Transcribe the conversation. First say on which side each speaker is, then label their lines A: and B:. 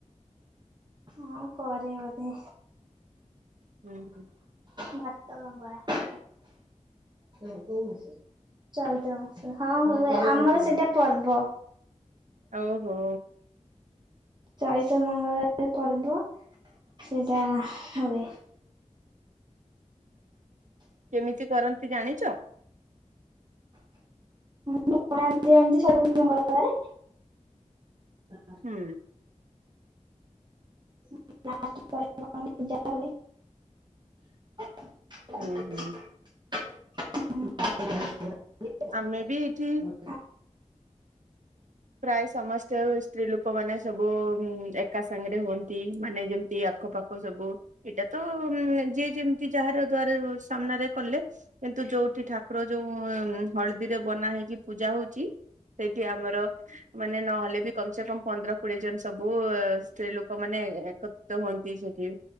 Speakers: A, on the right; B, on the right.
A: ହଁ କରେ ବଧେ।
B: ହୁଁ ହୁଁ।
A: ଭାତ ମଙ୍ଗଳା ହ କଉ ଓଷା? ଚୈତ୍ର ମାସ, ହଁ ହୁଏ ଆମର ସେଇଟା ପର୍ବ।
B: ଓହୋ।
A: ଚୈତ୍ର ମଙ୍ଗଳ ବାର ପର୍ବ ସେଟା ହୁଏ।
B: କେମିତି କରନ୍ତି ଜାଣିଛ?
A: ମୋ ମା ଯାଆନ୍ତି ସବୁ ମଙ୍ଗଳବାରେ।
B: ହୁଁ।
A: ଲାଷ୍ଟ ପାଳିରେ କଣ ପୂଯା
B: ହୁଁ
A: ହୁଏ?
B: ହୁଁ
A: <inaudible> <inaudible>
B: ଆମେ ବି ଏଇଠି
A: <unintelligible>
B: ପ୍ରାୟ ସମସ୍ତ ସ୍ତ୍ରୀ ଲୋକ ମାନେ ସବୁ ଏକା ସାଙ୍ଗରେ ହୁଅନ୍ତି ମାନେ ଯେମିତି ଆଖପା ଖ ସବୁ ଏଇଟା ତ ଯିଏ ଯେମିତି ଯାହାର ଦ୍ଵାରେ ସାମ୍ନାରେ କଲେ। କିନ୍ତୁ ଯୋଉଠି ଠାକୁର ଯୋଉ ହଳଦୀରେ ବନା ହେଇକି ପୂଜା ହୋଉଚି। ସେଇଠି ଆମର ମାନେ ନହେଲେ ବି କମସେ କମ୍ ପନ୍ଦର କୋଡିଏ ଜଣ ସବୁ ସ୍ତ୍ରୀ ଲୋକ ମାନେ ଏକ ତ୍ରିତ ହଅନ୍ତି ସେଠି।